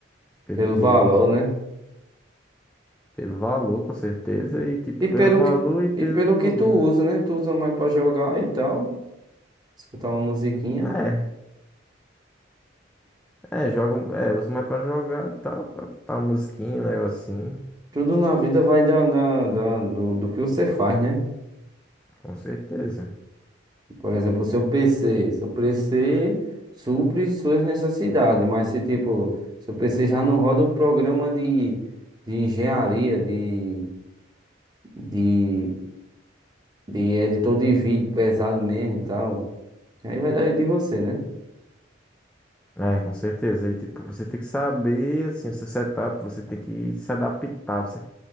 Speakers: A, in the centre; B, on the right (about 20°).
A: pelo
B: Pelo
A: que
B: valor,
A: eu
B: né?
A: Pelo valor, com certeza. E, tipo,
B: E pelo,
A: pelo valor
B: que-
A: e pelo.
B: e pelo que tu usa, né? Tu usa mais pra jogar e tal, escutar uma musiquinha.
A: É, é, jogam. É, uso mais pra jogar e tal. Pra, pra musiquinha, um negocinho.
B: Tudo na vida vai da, da, da- do, do que você faz, né?
A: Com certeza.
B: Por exemplo, o seu PC. Seu PC supre suas necessidades, mas se tipo, seu PC já não roda um programa de, de engenharia, de, de, de editor de vídeo pesado mesmo e tal, aí vai dar de você, né?
A: É, com certeza. E, tipo, você tem que saber, assim, o seu setup. Você tem que se adaptar. Você...